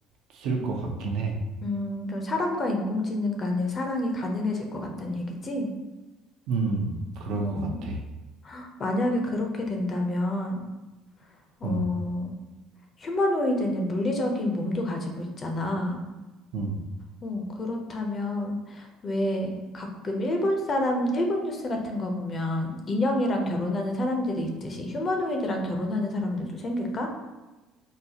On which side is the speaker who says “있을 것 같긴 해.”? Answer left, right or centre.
Right